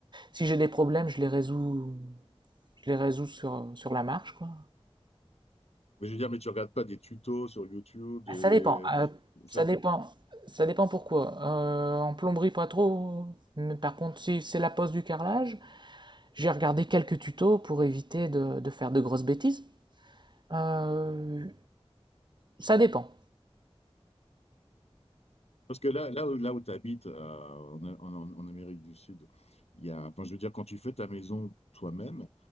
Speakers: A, on the right (about 45°); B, on the left (about 80°).
A: Si j'ai des problèmes, je les résous, je les résous sur, sur la marche, quoi.
B: Mais je veux dire, mais tu regardes pas des tutos sur YouTube, des...
A: Ça dépend. euh,
B: ça-
A: ça dépend. Ça dépend pourquoi. Euh, en plomberie, pas trop. Mais par contre, si c'est la pose du carrelage, j'ai regardé quelques tutos pour éviter de, de faire de grosses bêtises. Euh, ça dépend.
B: parce que là, là où, là où tu habites, en, en- en Amérique du Sud, il y a, enfin, je veux dire, quand tu fais ta maison toi-même,